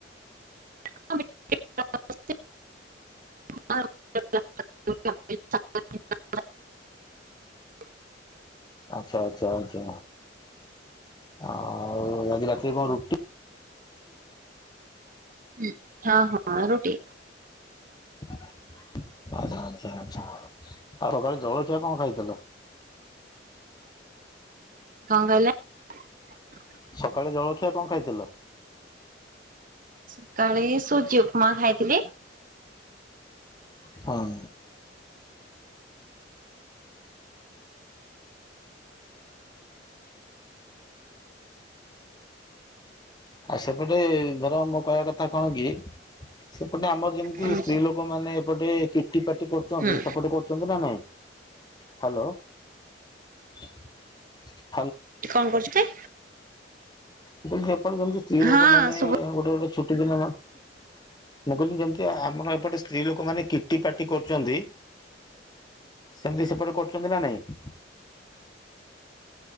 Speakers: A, on the right; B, on the left.
A: <unintelligible> <unintelligible> <unintelligible>
B: ଆଚ୍ଛା ଆଚ୍ଛା ଆଚ୍ଛା। ଆଉ ଆଜି ରାତିରେ କଣ ରୁଟି?
A: ହୁଁ ହଁ ହଁ ରୁଟି।
B: <inaudible> ଆଛା ଆଛା ଆଛା ଆଉ ସଖାଳେ ଜଳଖିଆ କଣ ଖାଇଥିଲ? <inaudible>
A: କଣ କହିଲେ? <inaudible>
B: ସକାଳେ ଜଳଖିଆ କଣ ଖାଇଥିଲ?
A: ସକାଳେ ସୁଜି ଉପମା ଖାଇଥିଲି।
B: ହୁଁ ଆଉ ସେପଟେ ଧର ମୋ କହିବା କଥା କଣ କି ସେପଟେ ଆମର ଯେମିତି
A: ଆପଣଙ୍କୁ
B: ସ୍ତ୍ରୀ ଲୋକ ମାନେ ଏପଟେ କିଟି ପାଟି କରୁଛନ୍ତି
A: ହୁଁ
B: ସେପଟ କରୁଛନ୍ତି ନା ନାଇଁ? ହ୍ୟାଲୋ <inaudible>
A: କଣ କରୁଛନ୍ତି?
B: ମୁଁ କହିଲି ଏପଟେ ଯେମତି ସ୍ତ୍ରୀ ଲୋକ
A: ହଁ
B: ମାନେ
A: ଶୁଭ
B: ଗୋଟେ ଗୋଟେ ଛୁଟି ଦିନ ମୁଁ କହିଲି ଯେମିତି ଆମର ଏପଟେ ସ୍ତ୍ରୀ ଲୋକମାନେ କିଟି ପାଟି କରୁଛନ୍ତି ସେମିତି ସେପଟେ କରୁଛନ୍ତି ନା ନାଇଁ? <inaudible>